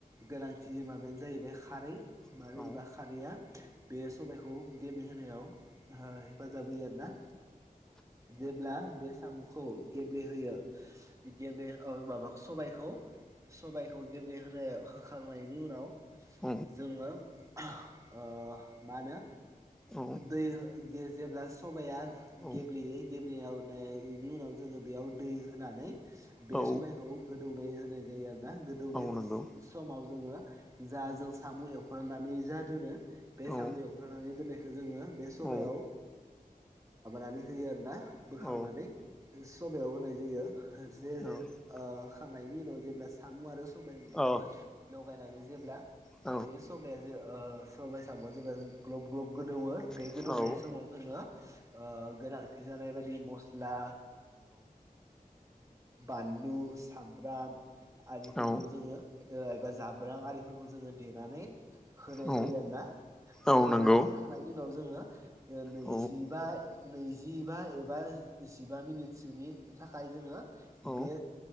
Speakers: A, on the right; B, in the centre.
A: गोनांथि। माबायानो जाहैबाय खारै
B: औ
A: मानो होनोबा खारैआ बे सबायखौ गेब्ले होनायाव। हेफाजाब होयो आरोना जेब्ला बे साम'खौ गेब्लेहोयो बिदिनो माबाखौ सबायखौ। सबायाइखौ गेब्लेहो होखांनायनि उनाव
B: औ
A: जोङो ओ मा होनो
B: औ औ
A: दै जेब्ला सबाया
B: औ
A: गेब्लेयो बेनि उनाव जोङो बेयाव दै होनानै बे
B: औ
A: सबायखौ गोदौनाय होनाय जायो आरोना। गोदौनाय
B: औ नंगौ
A: समाव जोङो ज जों साम' एवफ्रनानै दोनो बे
B: औ
A: साम' एवफ्रानानै दोननायखौ जोङो बे सबायाव
B: औ
A: होयो आरोना बोखांनानै
B: औ
A: सबयाव होनाय जायो। जे
B: औ
A: जे होखांनायनि उनाव जेब्ला साम' आरो सबाय मोननैबो
B: औ
A: लगायनानै जेब्ला
B: औ
A: बे सबाया जे सबाइ सामआव जेब्ला ग्लब ग्लब गोदौवो। बे
B: औ
A: गोदौनाय समाव जोंङो गोनांथि जानाय बायदि मस्ला। बानलु सामब्राम आरिफोरखौ
B: औ
A: जोङो एबा जाब्रां आरिफोरखौ जोङो देनानै होनाय
B: औ
A: जायो आरोना बे
B: औ नंगौ
A: देनानै खांनायनि उनाव जोङो नैजिबा
B: औ
A: नैजिबा एबा जिबा मिनिटसोनि थाखाय जोङो
B: औ
A: बे